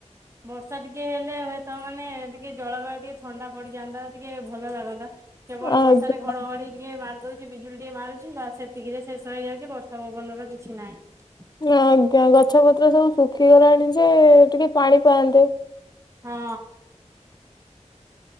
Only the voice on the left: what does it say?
ଆଜ୍ଞା
ଆଜ୍ଞା। ଗଛ ପତ୍ର ସବୁ ଶୁଖିଗଲାଣି ଯେ, ଟିକେ ପାଣି ପାଆନ୍ତେ।